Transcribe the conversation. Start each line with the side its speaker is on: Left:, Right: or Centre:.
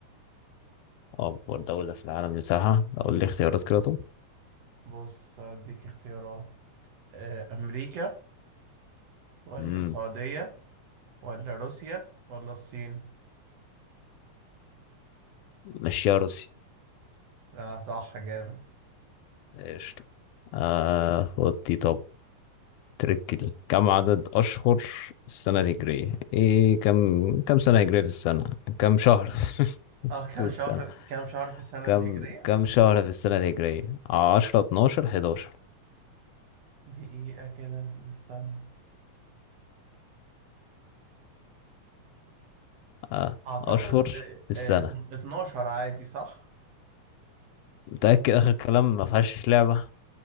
Left: أكبر دولة في العالم مساحة أقول لي اختيارات كده طب
Right: بص هديك اختيارات آه، أمريكا ولا
Left: مم.
Right: السعودية ولا روسيا ولا الصين
Left: مشيها روسي
Right: لا صح جامد
Left: قشطة آه خد دي طب تركي دي كم عدد أشهر السنة الهجرية؟ إيه كم كم سنة هجرية في السنة؟ كم شهر <laughs>
Right: اه كام
Left: في السنة؟
Right: شهر كام شهر في السنة
Left: كم
Right: الهجرية
Left: كم شهر في السنة الهجرية؟ عشرة اتناشر حداشر
Right: دقيقة كده استنى
Left: آه
Right: اعتقد
Left: أشهر
Right: آه،
Left: في السنة
Right: ات- 12 عادي صح
Left: متأكد آخر كلام ما فيهاش لعبة